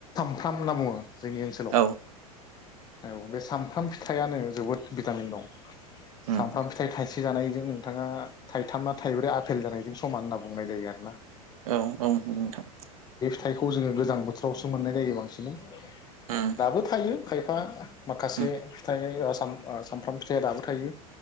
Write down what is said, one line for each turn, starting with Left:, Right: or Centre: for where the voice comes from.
Left: थामना बुङो जोंनि ओनसोलाव
Right: औ
Left: औ बे सामफ्राम फिथाइयानो जोबोद भिटामिन दं।
Right: उम
Left: सामफ्राम फिथाइ थाइसे जानायजों नोंथाङा थाइथामना थाइब्रै आफेल जानायजों समान होनना बुंनाय जायो आरो ना।
Right: औ औ औ नोंथां।
Left: थाइखौ जोङो गोजां बोथोरावसो मोननाय जायो बांसिनै।
Right: उम
Left: दाबो थायो। खायफा माखासे
Right: उम
Left: फिथाइ ओ साम ओ सामफ्राम फिथाइया दाबो थायो।